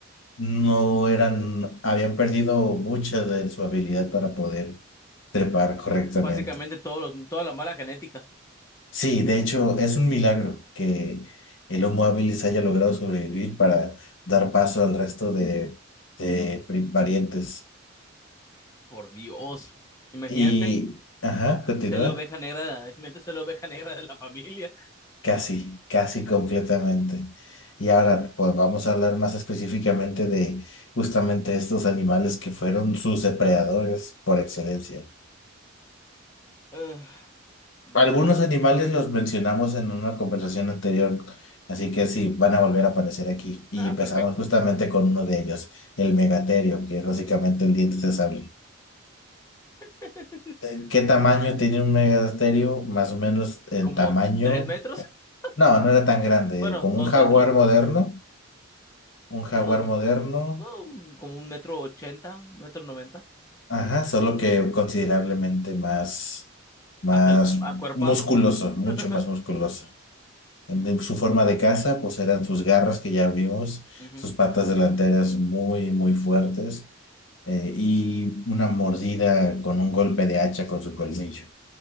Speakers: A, on the left; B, on the left.
A: no eran, habían perdido mucha de su habilidad para poder trepar correctamente.
B: Básicamente todos los- toda la mala genética.
A: Sí, de hecho, es un milagro que el Homo habilis haya logrado sobrevivir para dar paso al resto de, de pri- variantes.
B: Por Dios. Imagínate
A: Y, ajá, continúa.
B: ser la oveja negra, <laughs> imagínate ser la oveja negra de la familia.
A: Casi, casi completamente. Y ahora, pues vamos a hablar más específicamente de justamente estos animales que fueron sus depredadores por excelencia.
B: Eh, veamos.
A: Algunos animales los mencionamos en una conversación anterior, así
B: Ujú.
A: que sí, van a volver a aparecer aquí. Y
B: Ah,
A: empezamos
B: perfecto.
A: justamente con uno de ellos, el megaterio, que es básicamente el diente de sable.
B: <laughs>
A: Eh, ¿Qué tamaño tiene un megaterio? Más o menos el
B: Como
A: tamaño.
B: tres metros. <laughs>
A: No, no era tan grande,
B: Bueno,
A: como
B: dos
A: un jaguar
B: metros.
A: moderno. Un jaguar
B: Unos,
A: moderno,
B: bueno, un- como un metro ochenta, un metro noventa.
A: ajá, solo que considerablemente más, más
B: Afel- Acuerpado.
A: musculoso, mucho
B: <laughs>
A: más musculoso. En de- su forma de caza, pues eran sus garras que ya vimos,
B: Ujú.
A: sus patas delanteras muy, muy fuertes, eh, y una mordida con un golpe de hacha con su colmillo.